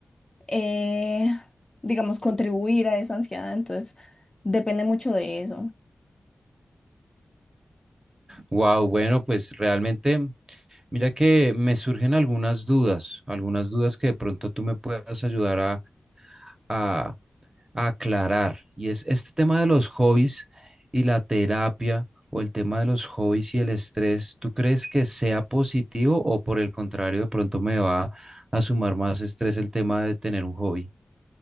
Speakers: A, on the left; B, on the right.
A: eh, digamos, contribuir a esa ansiedad, entonces depende mucho de eso.
B: Wow, bueno, pues realmente, mira que me surgen algunas dudas, algunas dudas que de pronto tú me puedas ayudar a, a aclarar y es este tema de los hobbies y la terapia o el tema de los hobbies y el estrés, ¿tú crees que sea positivo o por el contrario de pronto me va a sumar más estrés el tema de tener un hobby?